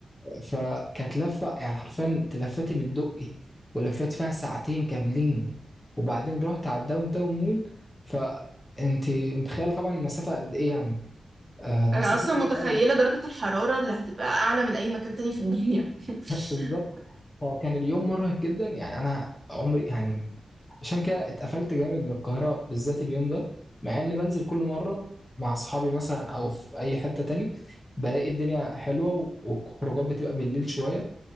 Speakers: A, on the left; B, on the right.
A: فكانت لفة يعني حرفيا تلفتي من الدقي ولفيت فيها ساعتين كاملين وبعدين رحت على الداون تاون مول فانت متخيل طبعا المسافة قد ايه يعني آه المسافة
B: انا اصلا
A: كبيرة
B: متخيلة
A: قوي
B: درجة الحرارة اللي هتبقى اعلى من اي مكان تاني في الدنيا <laughs>
A: بالظبط فكان اليوم مرهق جدا يعني انا عمري يعني عشان كده اتقفلت جامد من القاهرة بالذات اليوم ده مع اني بنزل كل مرة مع اصحابي مثلا او في اي حتة تاني بلاقي الدنيا حلوة والخروجات بتبقى بالليل شوية